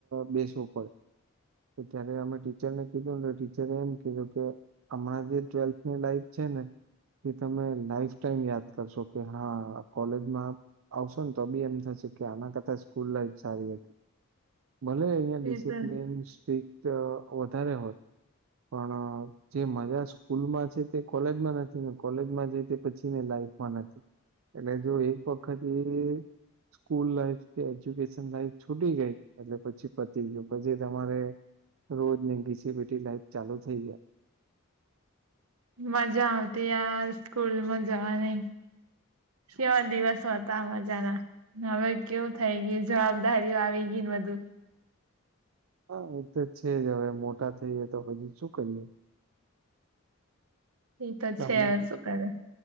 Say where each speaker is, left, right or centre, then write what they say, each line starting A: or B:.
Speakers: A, on the right (about 65°); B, on the right (about 85°).
A: બેસવું પડે ત્યારે અમે ટીચરને કીધું ને તો ટીચરે એમ કીધું કે હમણાં જે ટ્વેલ્થની લાઈફ છે ને એ તમે લાઈફ ટાઈમ યાદ કરશો કે હા કોલેજમાં આવશો ને તો બી એમ થશે કે આના કરતા સ્કૂલ લાઈફ સારી હતી ભલે અહીં ડિસિપ્લીન
B: એ તો
A: સ્ટ્રીિક્ટ વધારે હોય
B: <inaudible>
A: પણ અ, જે મજા સ્કૂલમાં છે તે કોલેજમાં નથી ને કોલેજમાં જાય તે પછી ને લાઈફમાં નથી એટલે જો એક વખત એ સ્કૂલ લાઈફ કે એજ્યુકેશન લાઈફ છૂટી ગઈ એટલે પછી પતી ગયું પછી તમારે રોજ ની ઘીસી પીઠી લાઈફ ચાલુ થઈ જાય
B: મજા આવતી યાર સ્કૂલ માં જવાની કેવા દિવસો હતા મજાના હવે કેવું થઈ ગયુ જવાબદારીઓ આવી ગઈ ને બધું
A: હા એક તો છે જ હવે મોટા થઈએ તો પછી શું કરીએ
B: એ તો
A: તમને
B: છે હ શું કરે